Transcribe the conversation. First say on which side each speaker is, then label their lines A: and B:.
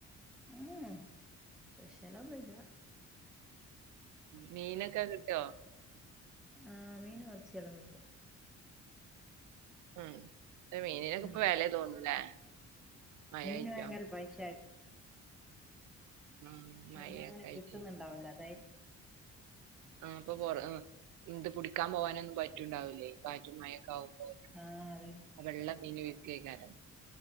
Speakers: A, in the centre; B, on the right.
A: ഉം സ്പെഷ്യൽ ഒന്നും ഇല്ല
B: മീനൊക്കെ കിട്ടോ
A: ആഹ് മീന ഇറച്ചിയെല്ലാം കിട്ടും
B: ഉം മീനിനൊക്ക
A: ഉം
B: ഇപ്പ വില തോന്നൂലേ മഴ
A: മീൻ
B: ആയിട്ടോ
A: ഭയങ്കര പൈസ
B: ഉം മഴയൊക്കെ
A: അന് അങ്ങനെ
B: ആയിട്ട്
A: കിട്ടുന്നുണ്ടാവൂലോ അതായത്
B: ആഹ് അപ്പൊ ഇന്ത് പിടിക്കാൻ പോകാനൊന്നും പറ്റുംണ്ടാവൂലേ കാറ്റു മഴൊക്ക ആവുമ്പോ
A: ആഹ് അതെ
B: വെള്ള മീൻ വിക്കയ്ക്കാരം